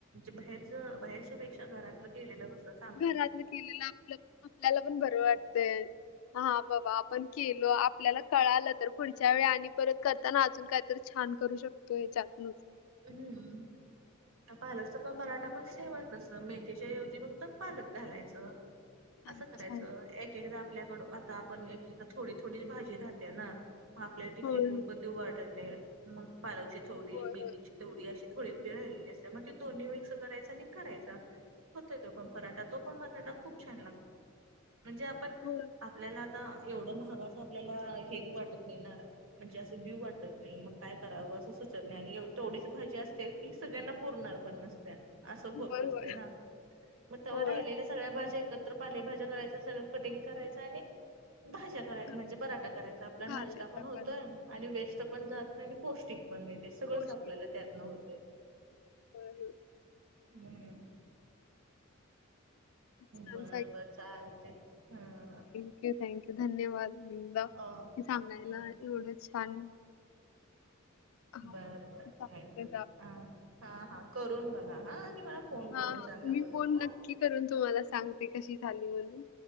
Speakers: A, on the right (about 75°); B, on the left (about 75°).
A: जे बाहेरच बाहेरच्या पेक्षा घरातलं केेलेलं बसत.
B: घरात केलेलं आपलं आपल्याला पण बरं वाटतंय हा बाबा पण केलो आपल्याला कळालं तर पुढच्या वेळी आणि परत करताना अजून काहीतरी छान करू शक तोय हेच्यातनूच
A: हम्म आता आलस चा पराठा पण सेमच तसं मेथीच्या ऐवजी फक्त पालक घालायचं.
B: अच्छा
A: असं करायचं एक-एकदा आपल्याकडो आता आपण एक-एकदा थोडी-थोडी भाजी राहत्या ना आपल्याला ती
B: होय
A: फेकून पण देऊ वाटत नाही मग पालकची थोडी
B: होय
A: मेथीची
B: होय
A: थोडी अशी थोडी-थोडी राहिलेली असतं म ते दोन्ही मिक्स करायचा आणि करायचा. होतोय तो पण पराठा तो पण मराठा खूप छान लागतो म्हणजे आपण
B: होय
A: आपल्याला ता एवढं महागाचं आपल्याला हेगु वाटत नाही ना म्हणजे असं वदेऊ वाटत नाही मग काय करावं असं सुचत नाही आणि ऐव थोडीच भाजी असते ती सगळ्यांना पुरणार पण नसत्या. असं
B: होय
A: होत असते
B: होय
A: ना मग तेव्हा
B: होय
A: राहिलेलं सगळ्या भाज्या एकत्र पालेभज्या करायच सगळं कटिंग करायचं आणि भाज्या कराय
B: होय.
A: म्हणजे पराठा करायचा आपल्याला
B: घालायचा
A: नाश्ता पण होतोय
B: परात
A: आणि वेस्ट पण जात नाही आणि पौष्टिक पण मिळते सगळंस
B: पौष्टिक
A: आ पल्याला त्यातनं होतय.
B: <unintelligible>
A: <unintelligible>
B: छान
A: बरं बरं चालते हा.
B: क्यू थँक्यू धन्यवादा
A: अ
B: <unintelligible> सांगायला
A: हम्म
B: एवढं छान हा
A: बरं बरं
B: चालतंय
A: थँक्यू हा हा करून बघा हा आणि मला फोन करून
B: हा हा
A: सांगा
B: मी
A: बरं
B: फोन
A: हा
B: नक्की करून तुम्हाला सांगते कशी झाली म्हणून.